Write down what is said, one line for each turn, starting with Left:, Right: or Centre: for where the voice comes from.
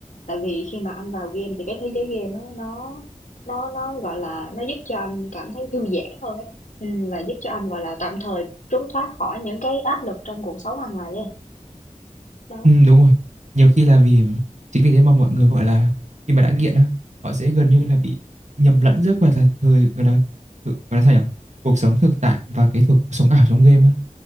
Left: Tại vì khi mà anh vào game thì cái thế giới game á nó nó nó gọi là nó giúp cho anh cảm thấy thư giãn hơn ấy ừ, và giúp cho anh gọi là tạm thời trốn thoát khỏi những cái áp lực trong cuộc sống hàng ngày ấy đó
Right: Ừm, đúng rồi. Nhiều khi là vì chính vì thế mà mọi người, gọi là, khi mà đã nghiện á, họ sẽ gần như là bị nhầm lẫn giữa, gọi là, thời gọi là, thực gọi là, sao nhỉ? Cuộc sống thực tại và cái thực cuộc sống ảo trong game á.